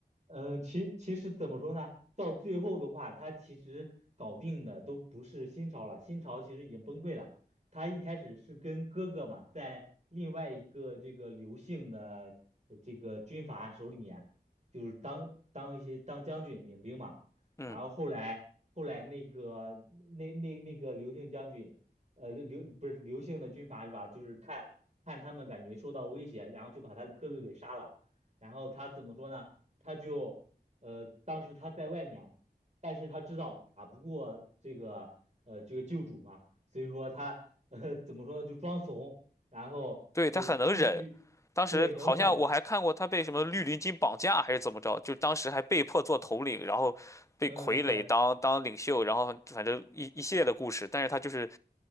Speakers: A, on the right (about 45°); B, on the left (about 15°).
A: 嗯，其其实怎么说呢？到最后的话，他其实搞定的都不是新朝了，新朝其实已经崩溃了。他一开始是跟哥哥嘛，在另外一个这个刘姓的呃这个军阀手里面，就是当当一些当将军领兵嘛。
B: 嗯。
A: 然后后来后来那个那那那个刘姓将军，呃刘刘不是刘姓的军阀是吧？就是看看他们感觉受到威胁，然后就把他哥哥给杀了。然后他怎么说呢？他就呃，当时他在外面，但是他知道打不过这个呃这个救主嘛，所以说他呃怎么说呢，就装怂，然后就是继续对能忍，
B: 对，他很能忍。当时好像我还看过他被什么绿林军绑架还是怎么着，就当时还被迫做头领，然后被傀儡当当领袖，
A: 嗯对，
B: 然后反正一一系列的故事。但是他就是